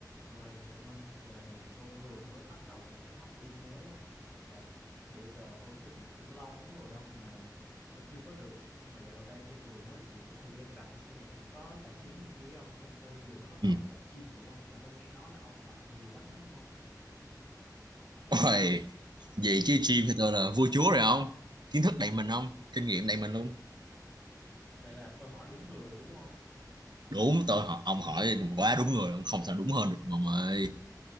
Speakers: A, in the centre; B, on the right.
A: Ôi ông ơi, dạo này tôi vừa mới bắt đầu một cái hobby mới không? Là bữa giờ tôi tính cũng lâu lắm rồi ông mà tôi chưa có được. Nhưng mà dạo gần đây tôi vừa mới kiểu có thời gian rảnh xong rồi cũng có tài chính này kia không? Cho nên tôi vừa mới bắt đầu
B: Ừ.
A: đi tập gym thử không? Mà tôi nghe nói là ông tập nhiều lắm đúng không ông?
B: Ôi, vậy chứ gym thì tôi là vua chúa rồi không? Kiến thức đầy mình không? Kinh nghiệm đầy mình luôn.
A: Vậy là tôi hỏi đúng người rồi đúng không?
B: Đúng, tôi hỏi, ông hỏi quá đúng người, ông không sao đúng hơn được ông ơi.